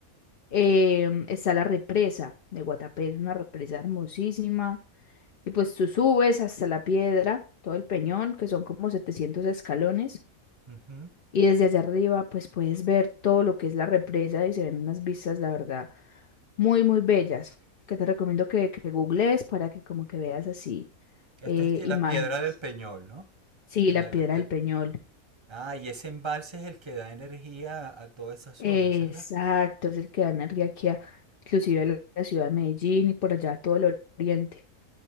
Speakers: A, on the left; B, on the right.
A: em, está la represa de Guatapé, es una represa hermosísima. Y pues tú subes hasta la piedra, todo el peñón, que son como 700 escalones,
B: Ujú.
A: y desde allá arriba, pues puedes ver todo lo que es la represa y se ven unas vistas, la verdad, muy, muy bellas, que te recomiendo que, que googlees para que como que veas así
B: Esto
A: eh,
B: es de
A: imágenes.
B: la Piedra del Peñol, ¿no?
A: Sí,
B: En
A: la
B: el,
A: piedra
B: el-
A: del Peñol.
B: Ah, y ese embalse es el que da energía a toda esa zona,
A: Exacto,
B: ¿será?
A: es el que da energía aquí, a- inclusive a la la ciudad de Medellín y por allá a todo el oriente.